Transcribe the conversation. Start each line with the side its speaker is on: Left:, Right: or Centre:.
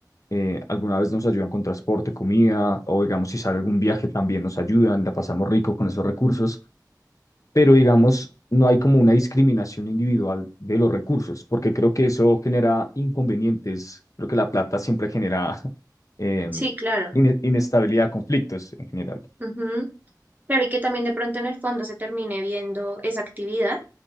Left: eh, alguna vez nos ayudan con transporte, comida, o digamos si sale algún viaje también nos ayudan, la pasamos rico con esos recursos pero digamos, no hay como una discriminación individual de los recursos, porque creo que eso genera inconvenientes. Creo que la plata siempre genera <laughs> em,
Right: sí, claro.
Left: ine- inestabilidad, conflictos en general.
Right: ujú. Claro, y que también de pronto en el fondo se termine viendo esa actividad